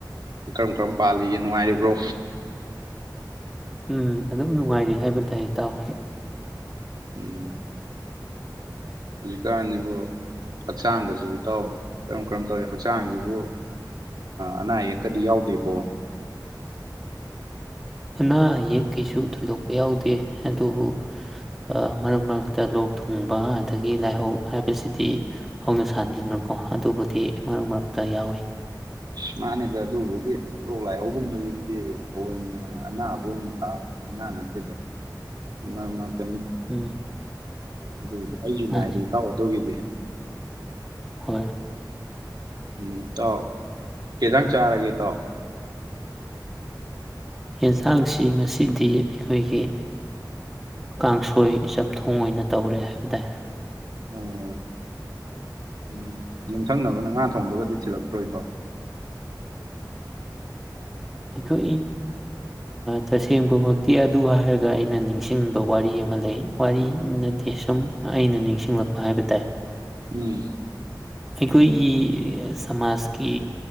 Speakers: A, on the right; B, in the centre.
A: ꯀꯔꯝ ꯀꯔꯝ ꯄꯥꯜꯂꯤꯒꯦ ꯅꯨꯡꯉꯥꯏꯔꯤꯕ꯭ꯔꯣ
B: ꯎꯝ ꯑꯗꯨꯝ ꯅꯨꯉꯥꯏꯔꯤ ꯍꯥꯏꯕ ꯇꯥꯏ ꯏꯇꯥꯎ
A: ꯎꯝ ꯍꯧꯖꯤꯛꯀꯥꯟꯁꯤꯕꯨ ꯍꯛꯆꯥꯡꯒꯁꯦ ꯏꯇꯥꯎ ꯀꯔꯝ ꯀꯔꯝ ꯇꯧꯔꯤ ꯍꯛꯆꯥꯡꯁꯤꯕꯨ ꯑꯅꯥ ꯑꯌꯦꯛꯀꯗꯤ ꯌꯥꯎꯗꯦꯀꯣ
B: ꯑꯅꯥ ꯑꯌꯦꯛ ꯀꯩꯁꯨ ꯊꯣꯏꯗꯣꯛꯄ ꯌꯥꯎꯗꯦ ꯑꯗꯨꯕꯨ ꯑ ꯃꯔꯛ ꯃꯔꯛꯇ ꯂꯣꯛ ꯊꯨꯡꯕ ꯑꯗꯒꯤ ꯂꯥꯏꯍꯧ ꯍꯥꯏꯕꯁꯤꯗꯤ ꯍꯧꯅ ꯁꯥꯥꯟꯅꯦꯗꯅꯀꯣ ꯑꯗꯨꯕꯨꯗꯤ ꯃꯔꯛ ꯃꯔꯛꯇ ꯌꯥꯎꯏ
A: ꯁ ꯃꯥꯅꯤꯗ ꯑꯗꯨꯕꯨꯗꯤ ꯂꯣꯛ ꯂꯥꯏꯍꯧꯒꯨꯝꯕꯁꯤꯗꯤ ꯊꯑꯣꯏꯅ ꯑꯅꯥꯕ ꯑꯣꯏꯅ ꯊꯥꯕ ꯂꯥꯏꯅꯥ ꯅꯠꯇꯗ ꯃꯔꯛ /ꯃꯔꯛ
B: ꯎꯝ
A: ꯑꯗꯨꯒꯤꯗꯤ ꯑꯩꯁꯨ
B: ꯃꯥꯅꯤ
A: ꯅꯥꯏꯗ ꯏꯇꯥꯎ ꯑꯗꯨꯒꯤꯗꯤ
B: ꯍꯣꯏ
A: ꯎꯝ ꯏꯇꯥꯎ ꯀꯩ ꯏꯟꯁꯥꯡ ꯆꯥꯔꯒꯦ ꯏꯇꯥꯎ
B: ꯌꯦꯟꯁꯥꯡꯁꯤ ꯉꯁꯤꯗꯤ ꯑꯩꯈꯣꯏꯒꯤ ꯀꯥꯡꯁꯣꯏ ꯆꯝꯊꯣꯡ ꯑꯣꯏꯅ ꯇꯧꯔꯦ ꯍꯥꯏꯕ ꯇꯥꯏ
A: ꯑꯣ ꯎꯝ ꯌꯨꯝꯊꯪꯅꯕꯅ ꯉꯥ ꯊꯣꯡꯕꯒꯗꯤ ꯊꯤꯜꯂꯛꯇ꯭ꯔꯣ ꯏꯇꯥꯎ
B: ꯑꯩꯈꯣꯏꯒꯤ ꯇꯁꯦꯡꯕꯃꯛꯇꯤ ꯑꯗꯨ ꯍꯥꯏꯔꯒ ꯑꯩꯅ ꯅꯤꯡꯁꯤꯡꯕ ꯋꯥꯔꯤ ꯑꯃ ꯂꯩ ꯋꯥꯔꯤ ꯅꯠꯇꯦ ꯁꯨꯝ ꯑꯩꯅ ꯅꯤꯡꯁꯤꯡꯂꯛꯄ ꯍꯥꯏꯕ ꯇꯥꯏ
A: ꯎꯝ
B: ꯑꯩꯈꯣꯏꯒꯤ ꯁꯃꯥꯖꯀꯤ